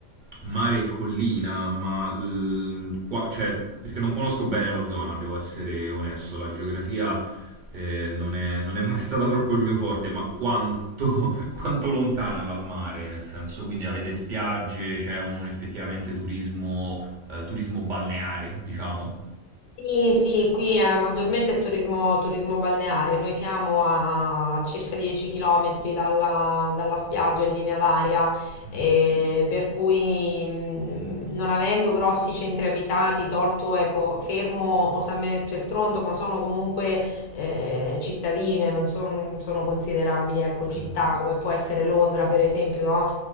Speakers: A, on the right; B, on the left.
A: mare e collina, ma l- qua- cioè, perché non conosco bene la zona, devo essere onesto, la geografia eh, non, è, non è mai stata troppo il mio forte, ma quanto, <laughs> quanto lontana dal mare, nel senso, quindi avete spiagge, c'è un effettivamente turismo, eh, turismo balneare, diciamo.
B: Sì, sì, qui è maggiormente turismo, turismo balneare. Noi siamo a circa 10 km dalla, dalla spiaggia in linea d'aria,
A: Mm,
B: e per cui mh, non avendo grossi centri abitati, tolto ecco, Fermo o San Benedetto del Tronto, ma sono comunque eh, cittadine, non son- sono considerabili ecco,
A: mm,
B: città come può essere Londra, per esempio, no?